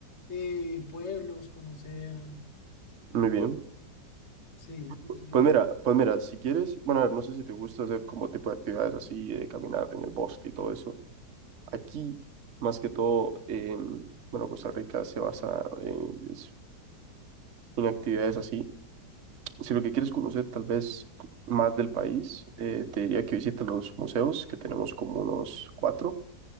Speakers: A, on the left; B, on the right.
A: eh, pueblos, conocer...
B: muy bien.
A: Sí,
B: Pues
A: es- es-
B: mira, pues mira, si quieres, bueno, a ver, no sé si te gusta hacer como tipo de actividades así, de caminar en el bosque y todo eso. Aquí, más que todo, em, bueno, Costa Rica se basa en, es- en actividades así. Si lo que quieres conocer tal vez más del país, eh, te diría que visites los museos, que tenemos como unos cuatro,